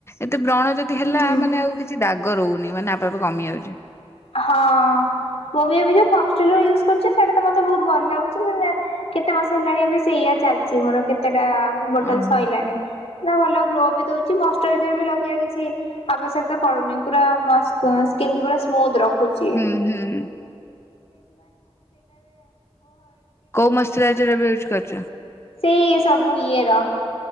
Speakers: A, on the left; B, on the left.
A: ଏତେ ବ୍ରଣ ଯଦି ହେଲା
B: ହୁଁ।
A: ମାନେ ଆଉ କିଛି ଦାଗ ରହୁନି ମାନେ ଆପେ ଆପେ କମି ଯାଉଛି।
B: ହଁ ମୁଁ ବି ଏବେ ଯୋଉ ଫରଚୁନୁ ୟୁଜ୍‌ କରୁଛି ସେଇଟା ତ ମତେ ବହୁତ ଭଲ ଲାଗୁଛି ମାନେ କେତେ ମାସ ହେଲାଣି ଏବେ ସେଇଆ ଚାଲିଛି ମୋର କେତେଟା ବୋଟଲ
A: ଓହୋ
B: ସଇଲାଣି। ନା ଭଲ ଗ୍ଲୋ ବି ଦଉଛି ମସଷ୍ଟାଇଜର ବି ଲଗେଇବା କିଛି ଆବଶ୍ୟକତା ପଡୁନି ପୁରା ମାସ୍ ସ୍କିନକୁ ପୁରା ସ୍ମୁଦ୍ ରଖୁଛିି।
A: ହୁଁ ହୁଁ କୋଉ ମସୁରାଇଜର ଏବେ ୟୁଜ୍ କରିଛ?
B: ସେଇ ସବୁ ଇଏ ର